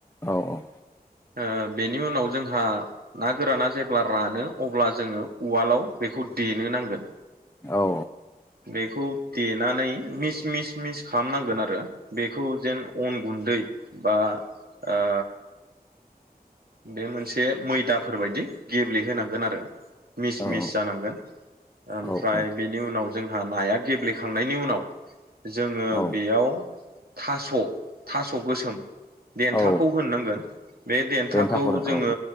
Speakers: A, on the left; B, on the right.
A: औ औ
B: ओ बेनि उनाव जोंहा ना गोराना जेब्ला रानो अब्ला जोङो उवालाव बेखौ फुद देनो नांगोन
A: औ
B: बेखौ देनानै मिस मिस मिस खालामनांगोन आरो बेखौ जेन अन गुन्दै बा ओ बे मोनसे मैदाफोरबायदि गेब्लेहोनांगोन आरो। मिस
A: औ
B: मिस
A: औ
B: जानांगोन ओमफ्राय
A: औ औ
B: बेनि उनाव जोंहा नाया गेब्लेखांनायनि उनाव जोङो
A: औ
B: बेयाव थास' थास' गोसोम देन्थाखौ
A: औ
B: होनो नांगोन बे देन्था
A: रेन्था
B: खौ
A: खरो
B: जोङो
A: औ